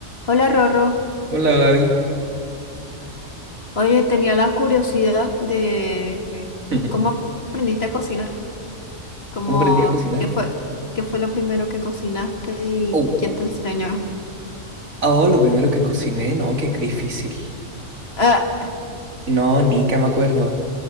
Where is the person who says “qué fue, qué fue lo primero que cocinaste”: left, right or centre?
Left